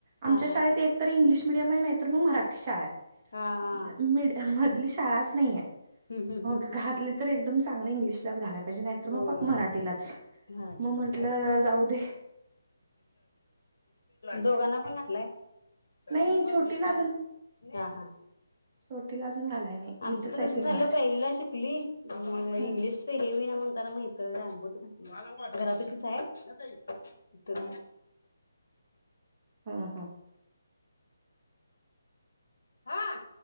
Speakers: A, on the right; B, on the left.
A: आमच्या
B: हा हा हा
A: शाळेत
B: हा
A: एक. तर इंग्लिश मिडियम आहे नाही तर मग मराठी शाळा आहे
B: हा
A: मीडय मधली शाळाच नाहीय.
B: हम्म हम्म
A: मग
B: हम्म
A: घातली तर एकदम चांगल्या इंग्लिशलाच घालाय. पाहिजे नाहीत
B: होय
A: मग पाक मराठीलाच
B: मराठीच
A: मग म्हंटलं जाऊ दे.
B: दोघांना पण घातलाय. म
A: नाही
B: मर् सल
A: छोटीला
B: जयताला <unintelligible>
A: छोटी ला अजून घालाय नाही.
B: आमचं
A: इथंच
B: पण
A: आहे
B: अस
A: ती
B: झालं
A: मराठी
B: पहिले चली
A: ह
B: इंग्लिश हेवी ना म्हणताला माहित रामबूत घात घरापाशीच आहे त
A: हां हां
B: हा